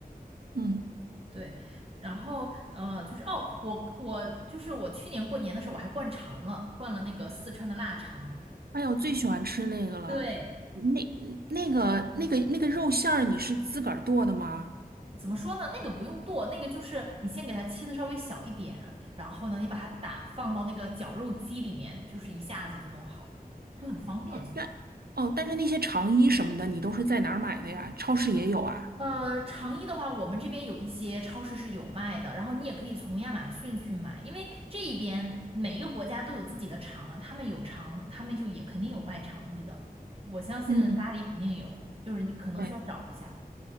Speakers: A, on the right; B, on the right.
A: 嗯，
B: <laughs> 对，然后呃，就是哦，我我就是我去年过年的时候我还灌肠了，灌了那个四川的腊肠。
A: 哎呀，我最喜欢吃那个了，
B: 对，
A: 那那个那个那个肉馅儿，你是自个儿剁的吗？
B: 怎么说呢？那个不用剁，那个就是你先给它切的稍微小一点，然后呢，你把它打放到那个绞肉机里面，就是一下子就弄好，就很方便。
A: 哦，
B: 其实。
A: 但哦，但是那些肠衣什么的，你都是在哪儿买的呀？超市也有啊。
B: 呃，成衣的话，我们这边有一些超市是有卖的，然后你也可以从亚马逊去买，因为这一边每一个国家都有自己的长啊，他们有长，他们就也肯定有卖长衣的，我相信巴黎肯定有，
A: 嗯，
B: 就是你可能需要找一下，
A: 对，